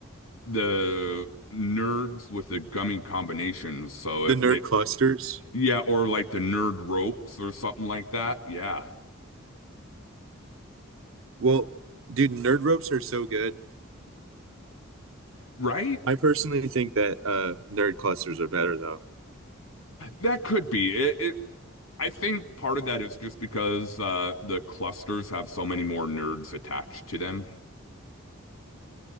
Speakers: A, on the left; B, on the right.
A: the nerds with the gummy combinations. So
B: the
A: if
B: nerd
A: they
B: clusters.
A: yeah, or like the nerd ropes or something like that. Yeah.
B: Well, dude, nerd ropes are so good.
A: Right?
B: I personally think that uh, nerd clusters are better though.
A: That could be. It, it I think part of that is just because uh the clusters have so many more nerds attached to them.